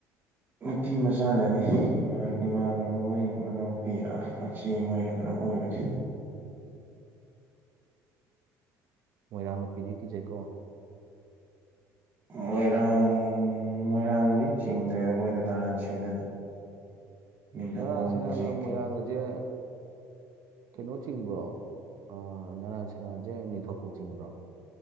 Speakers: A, on the right; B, on the right.
A: ꯅꯨꯄꯤ ꯃꯆꯥꯅꯅꯤ ꯏꯃꯥꯟ ꯏꯃꯥꯟꯅꯕ ꯃꯣꯏ ꯃꯅꯥꯎꯄꯤꯔ ꯃꯆꯦ ꯃꯣꯏꯔꯥ ꯀꯩꯅꯣꯝ ꯑꯣꯏꯕꯅꯤ
B: ꯃꯣꯏꯔꯥꯡꯅꯨꯄꯤꯗꯤ ꯀꯤꯖꯩꯀꯣ <inaudible>
A: ꯃꯣꯏꯔꯥꯡ ꯃꯣꯏꯔꯥꯡꯗꯤ ꯆꯤꯡꯗ꯭ꯔꯦꯗ ꯃꯣꯏꯗꯣ ꯅꯔꯥꯟ ꯁꯦꯟꯅꯅꯤ ꯅꯤꯡꯊꯧꯈꯣꯡ
B: ꯅꯔꯥꯟꯁꯦꯅꯒ
A: ꯆꯤꯡꯉꯤ
B: ꯃꯣꯏꯔꯥꯡꯒꯖꯦ ꯀꯩꯅꯣ ꯆꯤꯡꯕ꯭ꯔꯣ ꯑꯥ ꯅꯔꯥꯟ ꯁꯦꯟꯅꯥꯖꯦ ꯅꯤꯡꯊꯧꯀꯣꯛ ꯆꯤꯡꯕ꯭ꯔꯣ